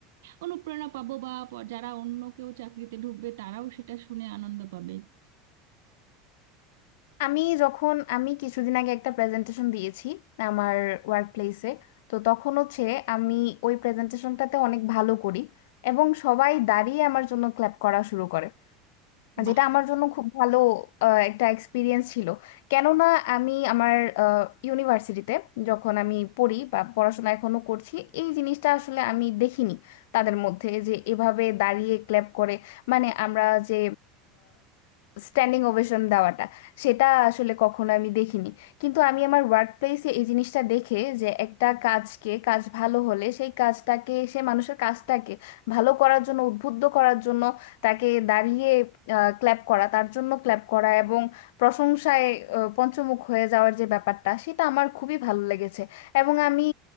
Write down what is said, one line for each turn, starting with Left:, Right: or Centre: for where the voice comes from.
Right: অনুপ্রেরণা পাবো বা প- যারা অন্য কেউ চাকরিতে ঢুকবে তারাও সেটা শুনে আনন্দ পাবে
Left: আমি যখন আমি কিছুদিন আগে একটা প্রেজেন্টেশন দিয়েছি আমার ওয়ার্ক প্লেসে তো তখন হচ্ছে আমি ওই প্রেজেন্টেশনটাতে অনেক ভালো করি এবং সবাই দাঁড়িয়ে আমার জন্য ক্ল্যাপ করা শুরু করে
Right: বাহ
Left: যেটা আমার জন্য খুব ভালো আহ, একটা এক্সপিরিয়েন্স ছিল কেননা আমি আমার ইউনিভার্সিটিতে যখন আমি পড়ি বা পড়াশোনা এখনো করছি এই জিনিসটা আসলে আমি দেখিনি তাদের মধ্যে যে এভাবে দাঁড়িয়ে ক্ল্যাপ করে মানে আমরা যে স্ট্যান্ডিং ওভেশন দেওয়াটা সেটা আসলে কখনো আমি দেখিনি কিন্তু আমি আমার ওয়ার্ক প্লেসে এই জিনিসটা দেখে যে একটা কাজকে কাজ ভালো হলে সেই কাজটাকে সেই মানুষের কাজটাকে ভালো করার জন্য উদ্বুদ্ধ করার জন্য তাকে দাঁড়িয়ে ক্ল্যাপ করা তার জন্য ক্ল্যাপ করা এবং প্রশংসায় আহ, পঞ্চমুখ হয়ে যাওয়ার যে ব্যাপারটা সেটা আমার খুবই ভালো লেগেছে এবং আমি